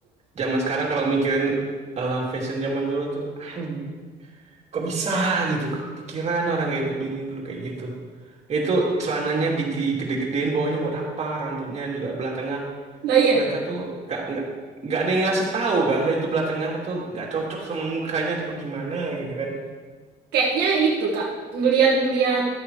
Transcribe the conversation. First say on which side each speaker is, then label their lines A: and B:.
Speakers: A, on the right (about 40°); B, on the right (about 75°).
A: Zaman sekarang kalau mikirin eh, fashion zaman dulu tuh, anj, kok bisa gitu? Kok kepikiran orang kayak itu bikin dulu kayak gitu? Itu celananya digede-gedein bawahnya buat apa? Rambutnya juga belah tengah.
B: Nah, iya.
A: Mereka tuh nggak nggak nggak ada yang ngasih tahu kah itu belah tengah tuh nggak cocok sama mukanya atau gimana gitu kan?
B: Kayaknya itu Kak, ngeliat-ngeliat